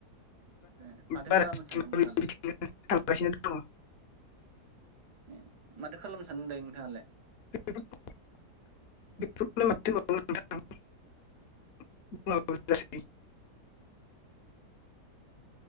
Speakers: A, on the right; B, on the left.
A: ए माथो
B: दंथ'यो
A: खालामनो सानदों नोंथाङालाय?
B: थांगासिनो दङ
A: उम माथो खालामनो सानदों दायो नोंथाङालाय?
B: <unintelligible> <unintelligible>